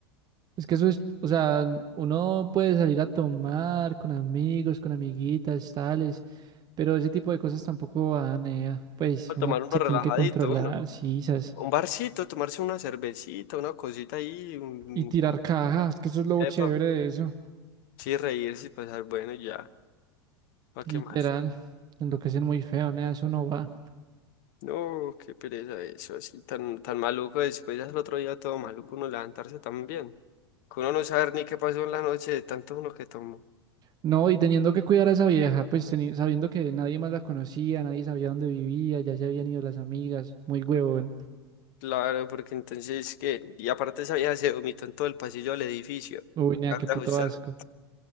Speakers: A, on the right (about 30°); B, on the left (about 50°).
A: Es que eso es, o sea, uno puede salir a tomar con amigos, con amiguitas, tales, pero ese tipo de cosas tampoco van, nea. Pues
B: A
A: uno
B: tomar uno
A: se
B: relajadito,
A: tiene que controlar,
B: ¿no?
A: sisas.
B: Un barcito, tomarse una cervecita, una cosita ahí, un...
A: Y tirar cajas, que eso es lo
B: Epa.
A: chévere de eso.
B: Sí, reírse y pasar bueno y ya. ¿Para
A: Literal.
B: qué más?
A: Enloquecen muy feo, nea, eso no va.
B: No, qué pereza eso, así tan, tan maluco. Después ya el otro día todo maluco uno levantarse también. Que uno no saber ni qué pasó en la noche de tanto uno que tomó.
A: No, y teniendo que cuidar a esa vieja, pues teni- sabiendo que nadie más la conocía, nadie sabía dónde vivía, ya se habían ido las amigas, muy huevón.
B: Claro, porque entonces que... Y aparte esa vieja se vomitó en todo el pasillo del edificio.
A: Uy, nea,
B: Acá
A: qué
B: de
A: puto
B: ajustar.
A: asco.